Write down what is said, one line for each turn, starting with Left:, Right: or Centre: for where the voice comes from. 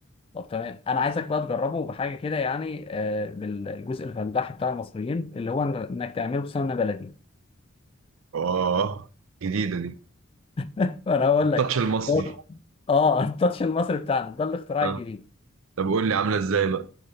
Left: طب تمام انا عايزك بقى تجربه بحاجه كده يعني آه، بالجزء الفلاحي بتاع المصريين اللي هو إن- انك تعمله بسمنه بلدي
Right: اه جديده دي
Left: <laughs> انا اقول
Right: التاتش
Left: لك
Right: المصري
Left: هو- اه التاتش المصري بتاعنا ده الاختراع
Right: أه.
Left: الجديد
Right: طب قول لي عامله ازاي بقى